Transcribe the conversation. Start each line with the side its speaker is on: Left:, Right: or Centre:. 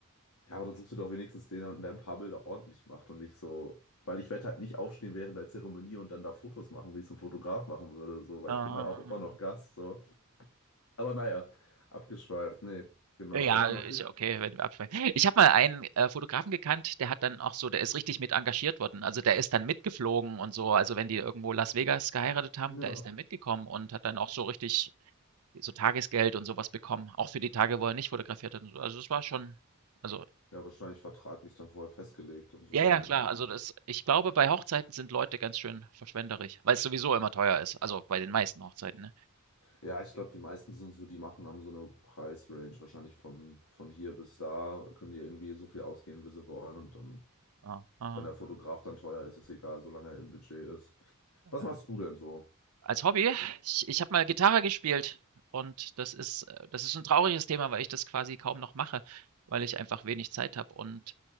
Left: ja, aber dann suchst du doch wenigstens den, der ein paar Bilder ordentlich macht und nicht so, weil ich werde halt nicht aufstehen während der Zeremonie und dann da Fotos machen, wie ich es ein Fotograf machen würde, so, weil
Right: ähm,
Left: ich bin halt auch immer noch Gast, so. Aber naja, abgeschweift. Nee, genau
Right: ja, ja,
Left: das mache
Right: ist
Left: ich.
Right: ja okay, wenn wir abschweifen. Ich habe mal einen, äh, Fotografen gekannt, der hat dann auch so der ist richtig mit engagiert worden. Also, der ist dann mitgeflogen und so. Also, wenn die irgendwo Las Vegas geheiratet haben,
Left: Ja.
Right: da ist er mitgekommen und hat dann auch so richtig so Tagesgeld und sowas bekommen, auch für die Tage, wo er nicht fotografiert hat und so. Also, das war schon also,
Left: Ja, wahrscheinlich vertraglich dann vorher festgelegt und so,
Right: Ja, ja,
Left: ne?
Right: klar.
Left: Und dann
Right: Also das ich glaube, bei Hochzeiten sind Leute ganz schön verschwenderisch, weil es sowieso immer teuer ist, also bei den meisten Hochzeiten, ne?
Left: Ja, ich glaube, die meisten sind so, die machen, haben so eine Preisrange, wahrscheinlich von, von hier bis da, können die irgendwie so viel ausgeben, wie sie wollen. Und dann,
Right: Ja, aha,
Left: wenn der Fotograf dann teuer ist, ist egal, solange er im Budget ist. Was
Right: ja.
Left: machst du denn so?
Right: Als Hobby, ich ich habe mal Gitarre gespielt und das ist äh, das ist ein trauriges Thema, weil ich das quasi kaum noch mache, weil ich einfach wenig Zeit habe und